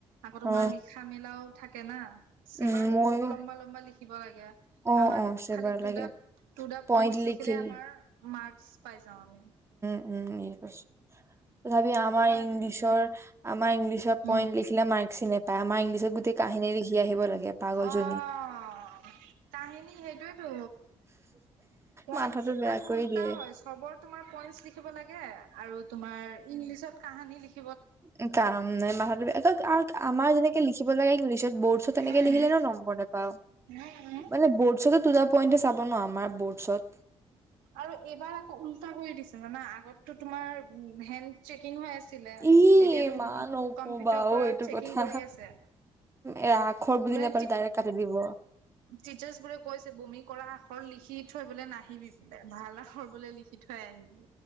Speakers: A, on the right; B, on the right.
A: আকৌ তোমাৰ
B: অ
A: লিখা মেলাও থাকে না, চেবাৰটো
B: উম ময়ো
A: বহুত লম্বা, লম্বা লিখ কিব লাগে
B: অ
A: আমাৰটোত
B: অ চেবাৰ
A: খালি
B: লাগে
A: টু দা, টু দা
B: পইণ্ট
A: পইন্টছ
B: লিখিল
A: লিখিলে আমাৰ মাৰ্ক্স যে <inaudible>
B: উ তথাপি আমাৰ
A: কাৰণে
B: ইংলিছৰ আমাৰ ইংলিছত
A: উম
B: পইন্ট লিখিলে মাৰ্ক চ নোপায় আমাৰ ইংলিছত গোটেই কাহিনী লিখি আহিব লাগে। পাগলজনী।
A: অ' কাহিনী সেইটোয়েতো পইন্টছ
B: মাথাটো বেয়া
A: আকৌ
B: কৰি
A: উল্টা
B: দিয়ে।
A: হয় চবৰ তোমাৰ পইণ্টছ লিখিব লাগে আৰু তোমাৰ ইংলিছত কাহানী লিখ
B: এ কাম নাই মাথাত, একক আক আমাৰ যেনেকে লিখিব লগা ইংলিছত বৰ্ডছত তেনেকে
A: উম
B: লিখিলে নো নম্বৰ নেপাও
A: উম উম
B: মানে বৰ্ড চটোত টো জা পইন্টটো চাব ন আমাৰ বৰ্ড চত
A: আৰু এইবাৰ আকৌ উল্টা কৰি দিছে না আগততো তোমাৰ হেড চেকিং হৈ আছে ছিলে
B: ই
A: এতিয়াটো উম
B: মা নকবা
A: কম্পিউটাৰ পৰা
B: অ এইটো
A: চেকিং
B: কথা।
A: কৰি আছে
B: এ আখৰ বুজি
A: মানে
B: নাপালে ডাইৰেক্ট কাটি দিব।
A: টিচাৰ্ছ বোৰে কৈ আছে বমি কৰা লিখিত থৈবলে নাহিবি ভাল আখৰ বলে লিখি থ থৈ আহিবি